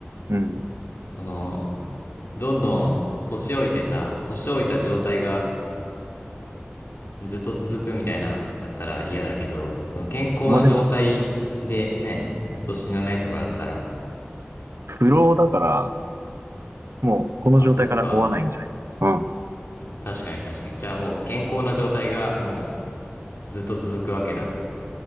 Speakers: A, on the right; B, on the left.
A: うん。
B: その、どんどん年老いてさ、年老いた状態がずっと続くみたいな、だったら嫌だけど、その健康な状態でね、
A: まあでも、
B: ずっと死なないとかだったら、
A: 不老だから、もう、この状態から追わないんじゃないうん。
B: あ、そっか。確かに確かに。じゃあもう健康な状態がもうずっと続くわけだ。